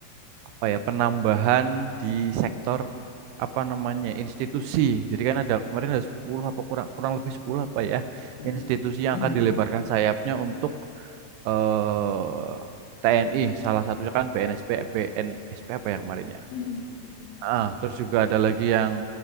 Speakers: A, on the right; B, on the left.
A: apa ya penambahan di sektor apa namanya institusi. Jadi kan ada kemarin ada 10 apa kurang kurang lebih 10 apa ya
B: mm.
A: institusi yang
B: <clears throat>
A: akan dilebarkan sayapnya untuk eh TNI salah satunya kan PNSP PNSP apa ya kemarin ya
B: Mm, mm. Benar, benar.
A: ah terus juga ada lagi yang